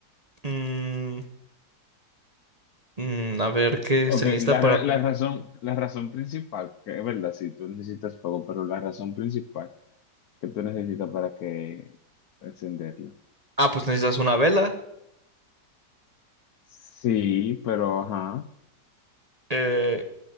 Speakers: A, on the right; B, on the left.
A: Mm, mm, a ver, ¿qué
B: Ok,
A: se necesita
B: la,
A: para...
B: ra- la razón, la razón principal, que es verdad, si tú necesitas fuego, pero la razón principal que tú necesitas para que encenderla.
A: Ah, pues necesitas una vela.
B: Sí, pero ajá,
A: Eh,